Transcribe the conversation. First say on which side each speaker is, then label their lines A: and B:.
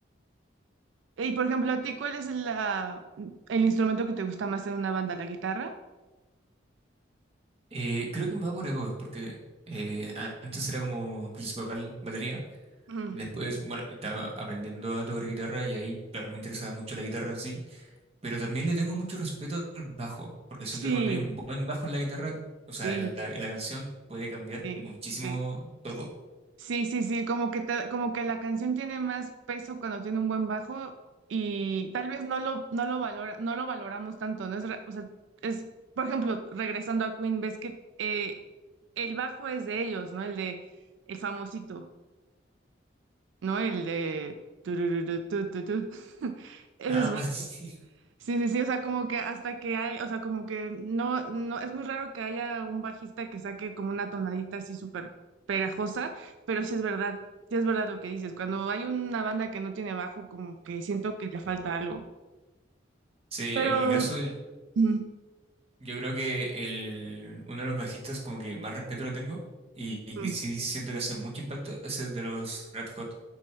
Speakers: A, on the right; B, on the right.
A: Y por ejemplo, ¿a ti cuál es la, el instrumento que te gusta más en una banda? ¿La guitarra?
B: eh, creo que me va por épocas, porque eh, a- antes era como principal batería,
A: Mm.
B: después, bueno, estaba aprendiendo a tocar guitarra y ahí, claro, me interesaba mucho la guitarra en sí, pero también le tengo mucho respeto al bajo, porque siento
A: Sí,
B: que cuando hay un buen bajo en la guitarra, o sea,
A: sí,
B: en la en la canción puede cambiar
A: sí,
B: muchísimo
A: sí.
B: todo.
A: Sí, sí, sí, como que ta- como que la canción tiene más peso cuando tiene un buen bajo y tal vez no lo no lo valora, no lo valoramos tanto, no es, re- o sea, es por ejemplo, regresando a Queen, ves que eh, el bajo es de ellos, ¿no? El de el famosito, ¿no? El de tururú, tu, tu, tu. <laughs> Ese
B: Ah,
A: es
B: <laughs>
A: Sí, sí, sí, o sea, como que hasta que hay, o sea, como que no, no, es muy raro que haya un bajista que saque como una tonadita así súper pegajosa, pero sí es verdad, sí es verdad lo que dices, cuando hay una banda que no tiene bajo, como que siento que le falta algo,
B: Sí,
A: pero...
B: en mi caso,
A: Ujú.
B: yo creo que el, uno de los bajistas como que más respeto le tengo y, y
A: ujú.
B: que sí siento que hace mucho impacto es el de los Red Hot.